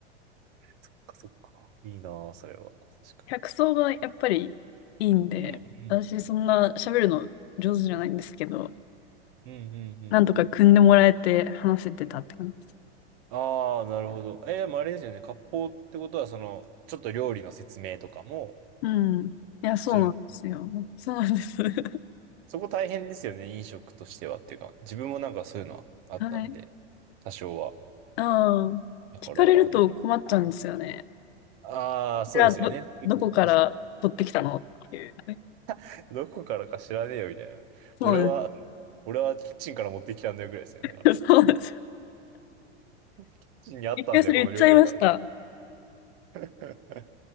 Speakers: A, on the right; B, on the left.
A: そっかそっか。いいなぁ、それは。確か
B: 客層がやっぱりいいんで、
A: うん、
B: 私そんな喋るの上手じゃないんですけど、
A: うん、うん、うん。うん
B: なんとか組んでもらえて話せてたって感じです。
A: ああ、なるほど。えー、でもあれですよね。割烹ってことは、その、ちょっと料理の説明とかも
B: うん。いや、そうなんですよ。
A: するんですね。
B: そうなんです。<laughs>
A: そこ大変ですよね、飲食としてはっていうか。自分もなんかそういうのはあったんで、
B: はい。
A: 多少は。
B: ああ、
A: だからね。
B: 聞かれると困っちゃうんですよね。
A: ああ、そうですよね。
B: じゃあ、ど、
A: 確かに
B: どこから取ってきたのっていう。
A: <laughs> どこからか知らねえよ、みたいな。
B: そう
A: 俺は、俺はキッチンから持ってきたんだよ、ぐらいですよね。だから。
B: です。<laughs> そうです。
A: キッチンにあったんだよ、
B: 一回それ言っちゃいました。
A: この料理が。<laughs> 確かに